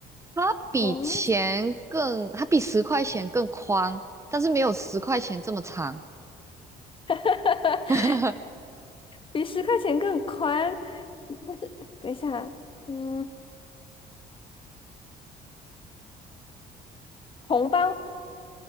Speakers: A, on the right; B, on the left.
A: 它比钱更，
B: 红色。
A: 它比十块钱更宽，但是没有十块钱这么长。
B: <laughs>
A: <laughs>
B: 比十块钱更宽，但是等一下，嗯，红包